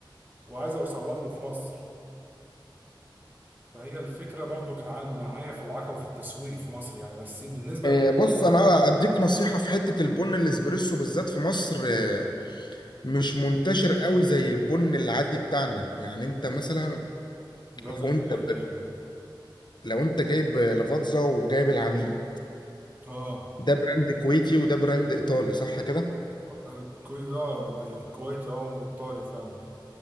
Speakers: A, on the right; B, on the left.
A: وعايز اسوق له في مصر فهي الفكرة برضو كانت عن معايا في العقبة في التسويق في مصر يعني بس بالنسبة
B: آه
A: للموضوع
B: بص انا اديك نصيحة في حتة البن الاسبريسو بالذات في مصر آه مش منتشر قوي زي البن العادي بتاعنا يعني انت مثلا
A: اللي هو
B: لو
A: زي
B: انت
A: التركي يعني
B: لو انت جايب لفاتزا وجايب العميد
A: اه
B: ده براند كويتي وده براند ايطالي صح كده
A: آه، كوي اه ب- ب- الكويت اه وايطاليا فعلا